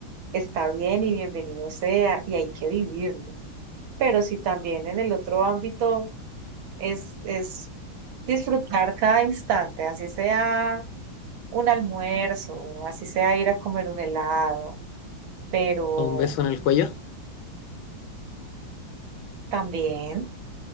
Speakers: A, on the right; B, on the left.
A: está bien y bienvenido sea y hay que vivirlo. Pero si también en el otro ámbito es, es disfrutar cada instante, así sea un almuerzo, así sea ir a comer un helado, pero
B: O un beso en el cuello.
A: también,